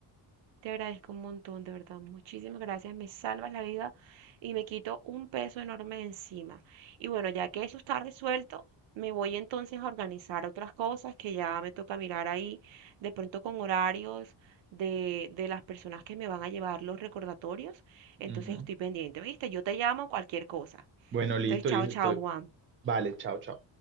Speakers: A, on the right (about 80°); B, on the right (about 30°).
A: Te agradezco un montón, de verdad. Muchísimas gracias. Me salvas la vida y me quito un peso enorme de encima. Y bueno, ya que eso está resuelto, me voy entonces a organizar otras cosas que ya me toca mirar ahí, de pronto con horarios de, de las personas que me van a llevar los recordatorios. Entonces
B: Ujú.
A: estoy pendiente, ¿viste? Yo te llamo cualquier cosa.
B: Bueno, listo,
A: Entonces, chao,
B: listo,
A: chao,
B: estoy.
A: Juan.
B: Vale, chao, chao.